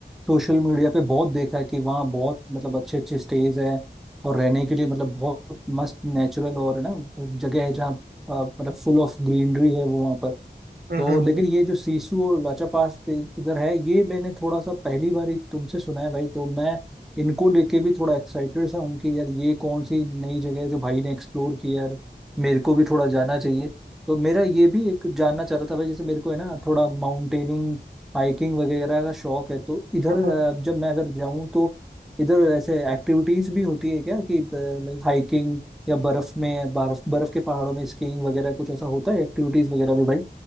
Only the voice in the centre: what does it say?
सोशल मीडिया पे बहुत देखा है कि वहाँ बहुत मतलब अच्छे अच्छे स्टेज है और रहने के लिए मतलब बहुत मस्त नेचुरल और है ना जगह है जहाँ अ, मतलब फुल ऑफ ग्रीनरी है वो वहाँ पर
तो
लेकिन
ये जो सीसू और लाचापास इ- इधर है ये मैंने थोड़ा सा पहली बार ही तुमसे सुना है भाई तो मैं इनको लेके भी थोड़ा एक्साइटेड सा हूँ कि यार ये कौन सी नई जगह है जो भाई ने एक्सप्लोर की यार मेरे को भी थोड़ा जाना चाहिए तो मेरा ये भी एक जानना चाह रहा था भाई जैसे मेरे को है ना थोड़ा माउंटेनिंग हाइकिंग वगैरह का शौक है तो इधर
अ, जब मैं अगर जाऊँ तो इधर ऐसे एक्टिविटीज भी होती है क्या कि लाइक हाइकिंग या बर्फ में बर्फ बर्फ के पहाड़ों में स्कीइंग वगैरह कुछ ऐसा होता है एक्टिविटीज वगैरह भी भाई